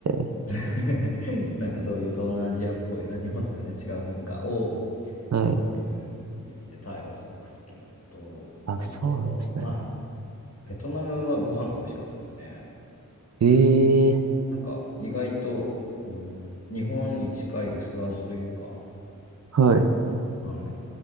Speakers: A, on the right (about 55°); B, on the left (about 50°).
A: ー、
B: <laughs> なんかそういう東南アジアっぽい、日本と全然違う文化を
A: はい。
B: 楽しむ意味で、タイはすごく好きなのと、
A: あ、
B: あとは、
A: そうなんですね。
B: はい、ベトナムはご飯が美味しかったですね。
A: ええ
B: なんか、意外と、うん、日本に近い薄味というか、
A: はい。
B: はい。